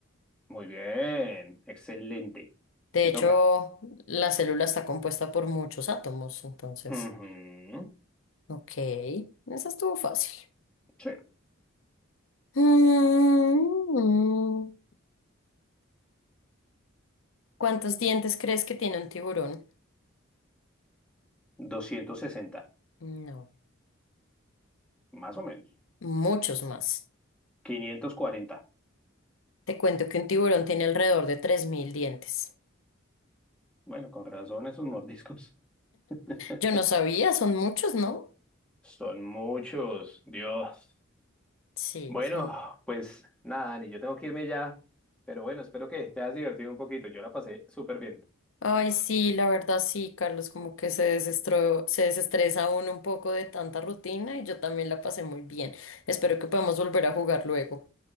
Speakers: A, in the centre; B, on the left.
A: Muy bien, excelente.
B: De
A: Te
B: hecho,
A: toca.
B: la célula está compuesta por muchos átomos, entonces.
A: Ujú,
B: Ok, esa estuvo fácil.
A: Sí,
B: Mm, ¿Cuántos dientes crees que tiene un tiburón?
A: 260,
B: No,
A: más o menos.
B: muchos más.
A: 540.
B: Te cuento que un tiburón tiene alrededor de 3.000 dientes.
A: Bueno, con razón esos mordiscos. <laughs>
B: Yo no sabía, son muchos, ¿no?
A: Son muchos, Dios.
B: Sí,
A: Bueno,
B: son.
A: pues nada, Dani, yo tengo que irme ya, pero bueno, espero que te hayas divertido un poquito. Yo la pasé súper bien.
B: Ay, sí, la verdad sí, Carlos, como que se desestro- se desestresa uno un poco de tanta rutina y yo también la pasé muy bien. Espero que podamos volver a jugar luego.